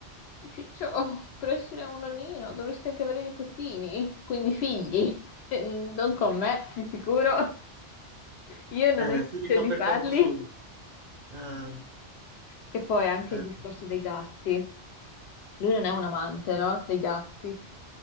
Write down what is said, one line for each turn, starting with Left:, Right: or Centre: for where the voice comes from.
Left: Ciccio, per essere un nonnino dovresti anche avere nipotini, quindi figli, Eh, non con me, di sicuro. Io non
Right: Eh,
Left: ho intenzione
Right: se li fa per
Left: di farli.
Right: conto suo. Eh,
Left: Che poi anche
Right: eh,
Left: il discorso dei gatti. Lui non è un amante, no? Dei gatti.